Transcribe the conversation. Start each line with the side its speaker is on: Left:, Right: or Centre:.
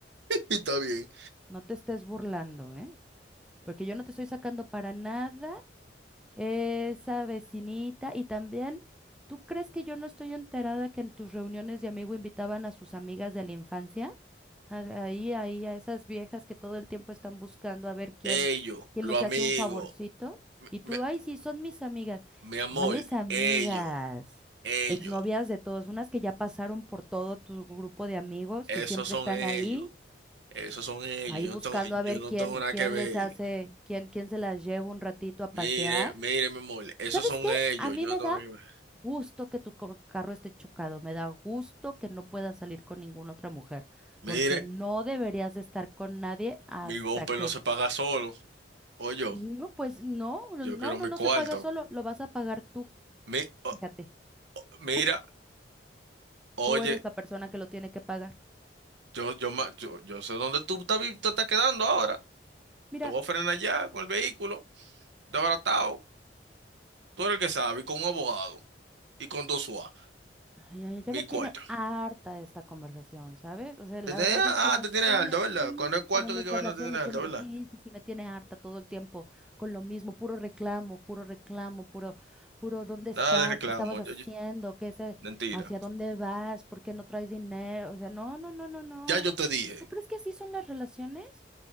Right: <laughs> Y está bien.
Centre: no te estés burlando, ¿eh? Porque yo no te estoy sacando para nada Esa vecinita. Y también, ¿tú crees que yo no estoy enterada que en tus reuniones de amigo invitaban a sus amigas de la infancia? A- Ahí, ahí, a esas viejas que todo el tiempo están buscando a ver quién,
Right: Ellos,
Centre: quién
Right: los
Centre: les
Right: amigos,
Centre: hace un favorcito.
Right: mi,
Centre: Y tú,
Right: mi-
Centre: ay, sí, son mis amigas.
Right: mi amor,
Centre: ¿Cuáles amigas?
Right: ellos, ellos,
Centre: Exnovias de todos, unas que ya pasaron por todo tu grupo de amigos,
Right: esos
Centre: que siempre
Right: son
Centre: están
Right: ellos,
Centre: ahí,
Right: esos son ellos.
Centre: ahí
Right: Yo
Centre: buscando
Right: no tengo, yo
Centre: a ver
Right: no
Centre: quién,
Right: tengo nada
Centre: quién
Right: que ver.
Centre: les hace, quién, quién se las lleva un ratito a pasear.
Right: Mire, mire, mi amor, esos
Centre: ¿Sabes
Right: son
Centre: qué?
Right: ellos,
Centre: A mí
Right: yo
Centre: me
Right: no tengo
Centre: da
Right: nada que ver.
Centre: gusto que tu cor- carro esté chocado, me da gusto que no puedas salir con ninguna otra mujer,
Right: Mire.
Centre: porque no deberías de estar con nadie hasta
Right: Mi bumper
Centre: que,
Right: no se paga solo. Oye,
Centre: no, pues no, no,
Right: yo
Centre: no,
Right: quiero
Centre: no
Right: mi
Centre: no
Right: cuarto.
Centre: se paga solo, lo vas a pagar tú,
Right: Mi- o-
Centre: fíjate,
Right: mira,
Centre: tú,
Right: oye,
Centre: tú eres la persona que lo tiene que pagar.
Right: yo, yo, ma- yo, yo sé dónde tú estás, vi- te estás quedando ahora.
Centre: Mira,
Right: Te voy a frenar allá con el vehículo, desbaratado. Tú eres el que sabe, y con un abogado y con dos UA.
Centre: Ay, ay, ya
Right: Mi
Centre: me tiene
Right: cuarto.
Centre: harta esta conversación, ¿sabes? O sea,
Right: ¿Te
Centre: la
Right: tenés-
Centre: verdad
Right: ah,
Centre: es que nos
Right: te
Centre: sale,
Right: tienes alto, ¿verdad?
Centre: sí,
Right: Con el cuarto
Centre: como nuestra
Right: que hay que ver
Centre: relación
Right: no te tienes
Centre: me tiene,
Right: alto, ¿verdad?
Centre: sí, sí, sí, me tiene harta todo el tiempo con lo mismo, puro reclamo, puro reclamo, puro, puro, ¿dónde está?
Right: Nada de reclamo,
Centre: ¿Qué estabas haciendo?
Right: ya- ya-
Centre: ¿Qué es, eh,
Right: mentira.
Centre: hacia dónde vas? ¿Por qué no traes dinero? O sea, no, no, no, no, no.
Right: Ya yo te dije.
Centre: ¿Tú crees que así son las relaciones?